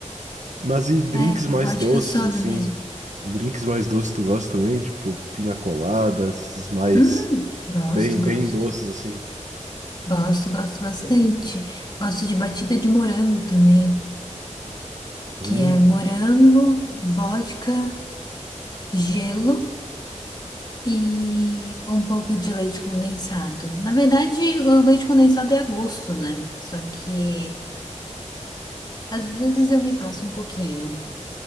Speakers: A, on the right (about 70°); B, on the left (about 35°).
A: Mas e drinks
B: É,
A: mais
B: é vodka
A: doces
B: soda
A: assim?
B: mesmo.
A: Drinks mais doces tu gosta também? Tipo pina colada, esses mais
B: Hum, gosto,
A: bem bem
B: gosto.
A: doces assim.
B: Gosto, gosto bastante. Gosto de batida de morango também,
A: Hum.
B: que é morango, vodka, gelo. E um pouco de leite condensado. Na verdade, o leite condensado é a gosto, né? Só que às vezes eu me passo um pouquinho.